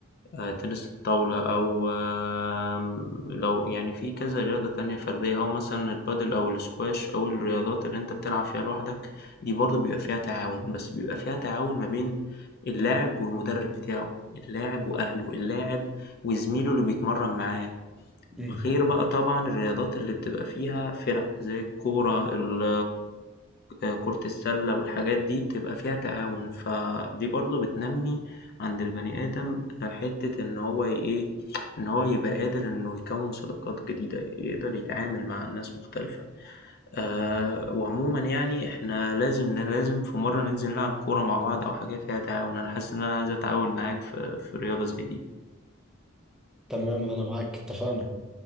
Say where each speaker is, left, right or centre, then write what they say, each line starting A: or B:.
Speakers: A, on the left; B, in the centre.
A: آآ، تنس الطاولة أو آمم، لو يعني في كذا رياضة تانية فردية أو مثلًا البادل أو الsquash أو الرياضات اللي أنت بتلعب فيها لوحدك دي برضه بيبقى فيها تعاون، بس بيبقى فيها تعاون ما بين اللاعب والمدرب بتاعه، اللاعب وأهله، اللاعب وزميله اللي بيتمرن معاه،
B: مم.
A: غير بقى طبعًا الرياضات اللي بتبقى فيها فِرَق زي الكورة ال آآ، كرة السلة والحاجات دي بتبقى فيها تعاون، فدي برضه بتنمّي عند البني آدم آه، حتّة إن هو ي إيه، إن هو يبقى قادر إنه يكوّن صداقات جديدة، يقدر يتعامل مع ناس مختلفة. آآ، وعمومًا يعني إحنا لازم ن لازم في مرّة ننزل نلعب كورة مع بعض أو حاجة فيها تعاون، أنا حاسس إن أنا عايز أتعاون معاك في في رياضة زي دي.
B: تمام انا معاك اتفقنا